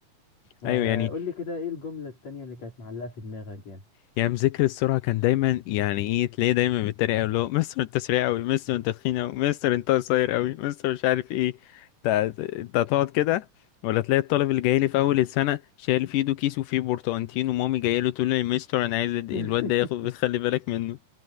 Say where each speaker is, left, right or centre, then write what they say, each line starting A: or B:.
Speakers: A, on the left; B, on the left.
A: فقول
B: ايوه يعني
A: لي كده ايه الجمله التانيه اللي كانت معلقه في دماغك يعني
B: يعني مذاكر السرعة كان دايما يعني ايه تلاقيه دايما بالطريقة اللي هو مستر انت سريع قوي مستر انت تخين قوي مستر انت قصير قوي مستر مش عارف ايه انت انت هتقعد كده ولا تلاقي الطالب اللي جاي لي في اول السنة شايل في ايده كيس وفيه برتقانتين ومامي جايه له تقول لي يا مستر انا عايز الواد
A: <laughs>
B: ده ياخد خلي بالك منه